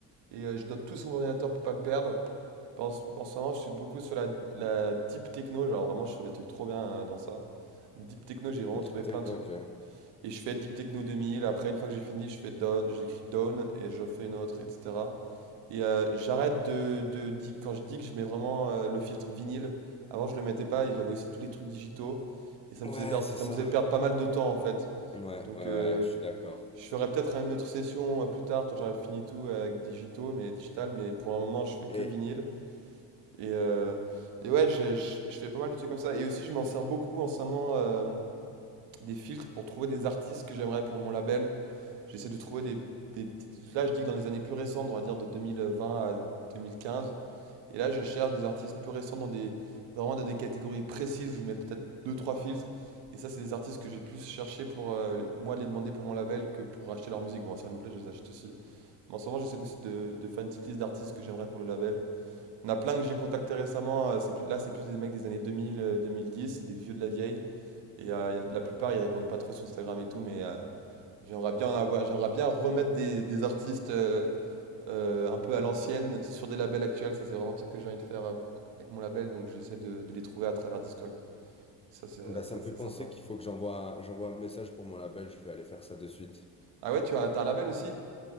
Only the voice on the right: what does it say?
et euh, je note tout sur mon ordinateur pour pas me perdre. En ce en ce moment, je suis beaucoup sur la, la deep techno. Genre vraiment, je fais des trucs trop bien euh, dans ça. Deep techno, j'ai vraiment
trouvé plein
de
trucs.
Et je fais Deep Techno deux mille Après, une fois que j'ai fini, je fais Down, j'écris Down et je fais une autre, etc. Et euh, j'arrête de, de, di- Quand je dis que je mets vraiment euh, le filtre vinyle, avant je le mettais pas et j'avais aussi tous les trucs digitaux. Et ça
me faisait perdre,
ça
me faisait perdre pas mal de temps en fait.
Donc
euh,
je ferai peut-être une autre session euh, plus tard quand j'aurai fini tout avec digitaux, mais digital. Mais pour le moment, je fais
que vinyle. Et, euh, et ouais, je, je- je fais pas mal de trucs comme ça. Et aussi, je m'en sers beaucoup en ce moment euh, des filtres pour trouver des artistes que j'aimerais pour mon label. J'essaie de trouver des, des petites- Là, je dis que dans les années plus récentes, on va dire de 2020 à 2015. Et là, je cherche des artistes plus récents dans des... vraiment dans des catégories précises. Je mets peut-être deux, trois filtres. Et ça, c'est des artistes que j'ai plus cherché pour euh, les- moi les demander pour mon label que pour acheter leur musique. Bon, si elle me plaît, je les achète aussi. Mais en ce moment, j'essaie aussi de, de faire une petite liste d'artistes que j'aimerais pour le label. Il y en a plein que j'ai contacté récemment. euh, C'est plus... Là, c'est plus des mecs des années 2000, euh, 2010. C'est des vieux de la vieille. Et euh, y en- la plupart, ils répondent pas trop sur Instagram et tout. Mais euh, J'aimerais bien en avoir, j'aimerais bien remettre des, des artistes euh, euh, un peu à l'ancienne sur des labels actuels. Ça, c'est vraiment un truc que j'ai envie de faire euh, avec mon label, donc j'essaie de, de les trouver à travers Discogs. Ça, c'est
c'est
assez
sympa.
Ah ouais, tu as, t'as un label aussi?